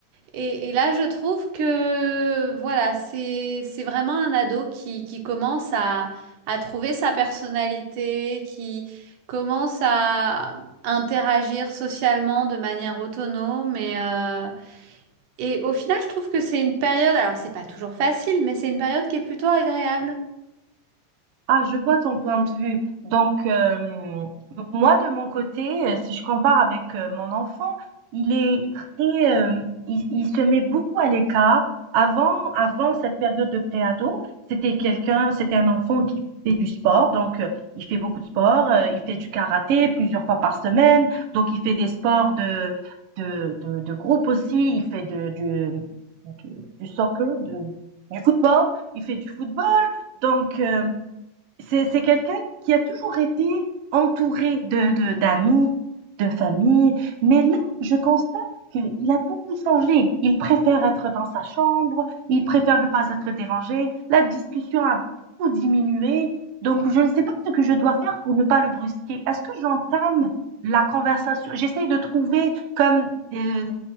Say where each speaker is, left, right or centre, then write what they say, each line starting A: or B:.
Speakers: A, on the right; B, on the right.
A: Et, et là, je trouve que voilà, c'est c'est vraiment un ado qui, qui commence à, à trouver sa personnalité, qui commence à interagir socialement de manière autonome. Et, euh, et au final, je trouve que c'est une période, alors c'est pas toujours facile, mais c'est une période qui est plutôt agréable.
B: Ah, je vois ton point de vue. Donc, euh, m- moi, de mon côté, euh, si je compare avec euh, mon enfant, il est très, euh, il, il se met beaucoup à l'écart. Avant, avant cette période de préado, c'était quelqu'un, c'était un enfant qui fait du sport. Donc, euh, il fait beaucoup de sport. euh, il fait du karaté plusieurs fois par semaine. Donc, il fait des sports de, de, de, de groupe aussi. Il fait de, du, du, du soccer, de, du football. Il fait du football. Donc, euh, c'est c'est quelqu'un qui a toujours été entouré de de d'amis, de famille, mais là, je constate qu'il a beaucoup changé. Il préfère être dans sa chambre, il préfère ne pas être dérangé. La discussion a beaucoup diminué, donc je ne sais pas ce que je dois faire pour ne pas le brusquer. Est-ce que j'entame la conversation? J'essaie de trouver comme, heu,